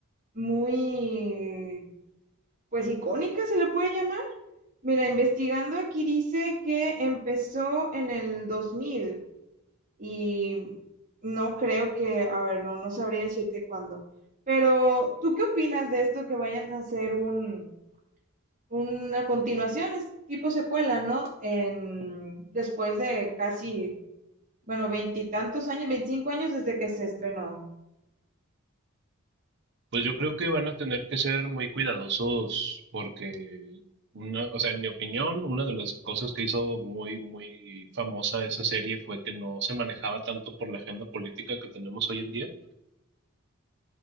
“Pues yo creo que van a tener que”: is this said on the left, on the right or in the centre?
Right